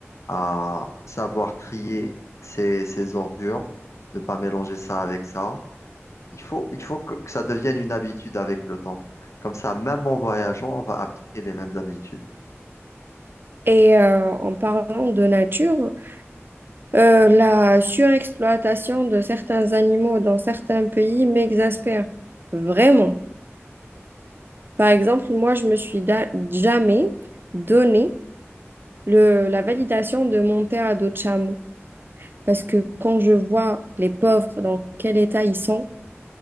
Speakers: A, on the left (about 80°); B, on the right (about 45°).
A: à savoir trier ses, ses ordures, ne pas mélanger ça avec ça. Il faut, il faut que, que ça devienne une habitude avec le temps. Comme ça, même en voyageant, on va appliquer les mêmes habitudes.
B: Et euh, en parlant de nature, euh, la surexploitation de certains animaux dans certains pays m'exaspère vraiment. Par exemple, moi, je me suis da- jamais donné le- la validation de monter à dos de chameau. Parce que quand je vois les pauvres, dans quel état ils sont,